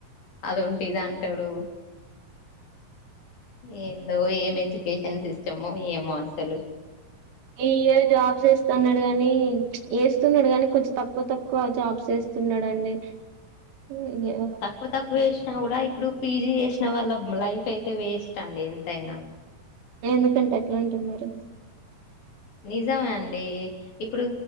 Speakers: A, on the left; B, on the right.
A: అదుంటే ఇదంటడు ఏందో ఏమి ఎజ్యుకేషన్ సిస్టమో ఏమో అస్సలు
B: ఈ ఇయర్ జాబ్సేస్తన్నాడు గాని ఏస్తున్నాడు గానీ కొంచెం తక్కువ తక్ క్కువ జాబ్స్ ఏస్తున్నాడండి హూ ఇంగేమొ
A: క్కువ తక్కువ ఏస్నా గుడా ఇప్పుడు పీజీ ఏస్న వాళ్ళ లైఫ్ అయితే వేస్ట్ అండి ఎంతైనా
B: ఎందుకంటే అట్లంటున్నారు
A: నిజమండి ఇప్పుడు